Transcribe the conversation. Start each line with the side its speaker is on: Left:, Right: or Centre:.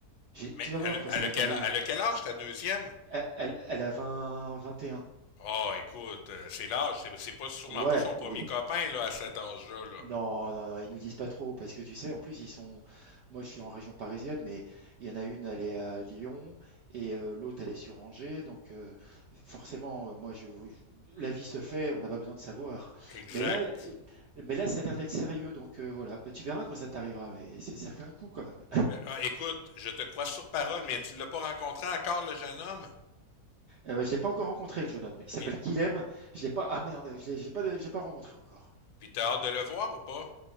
Right: J'ai-
Left: Mais
Right: Tu vas
Left: elle
Right: voir
Left: a,
Right: quand ça
Left: elle
Right: va
Left: a quel,
Right: t'arriver.
Left: elle a quel âge
Right: C'est-
Left: ta deuxième?
Right: Elle, elle- elle a 20, 21.
Left: Ah, écoute, euh, c'est l'âge, c'est, c'est pas sûrement
Right: Ouais,
Left: pas son premier
Right: oui.
Left: copain là à cet âge-là. Là.
Right: Non, non, non, ils nous disent pas trop parce que tu sais, en plus, ils sont. Moi, je suis en région parisienne, mais il y en a une, elle est à Lyon et euh, l'autre, elle est sur Angers. Donc, euh, forcément, euh, moi, je, je- la vie se fait, on n'a pas besoin de savoir.
Left: Exact.
Right: Mais là, l- mais là, ça a l'air d'être sérieux. Donc, euh, voilà, Bah, tu verras quand ça t'arrivera. Mais c'est- ça fait un coup quand même.
Left: Mais, ah, écoute, je te crois sur parole, mais tu l'as pas rencontré encore le jeune homme?
Right: Euh, ouais, je l'ai pas encore rencontré, le jeune homme. Il s'appelle
Left: Puis,
Right: Guilhem. Je l'ai pas. Ah merde, je l'ai j'ai pas, j'ai pas rencontré encore.
Left: puis t'as hâte de le voir ou pas?